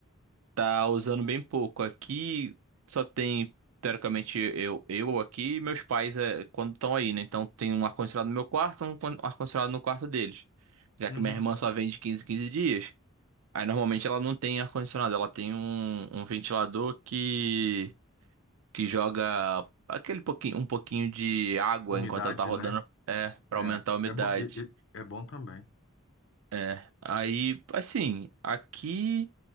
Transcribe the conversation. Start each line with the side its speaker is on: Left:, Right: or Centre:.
Right: tá usando bem pouco. Aqui só tem, teoricamente, eu, eu aqui e meus pais é, quando estão aí, né? Então tem um ar-condicionado no meu quarto, um con- ar-condicionado no quarto deles. Já
Left: uhum.
Right: que minha irmã só vem de 15 em 15 dias. Aí normalmente ela não tem ar-condicionado, ela tem um, um ventilador que, que joga aquele pouquinho, um pouquinho de água
Left: Umidade,
Right: enquanto ela tá rodando,
Left: né?
Right: é, para
Left: É,
Right: aumentar a umidade.
Left: é, bo- e- e- é bom também.
Right: É. Aí, assim, aqui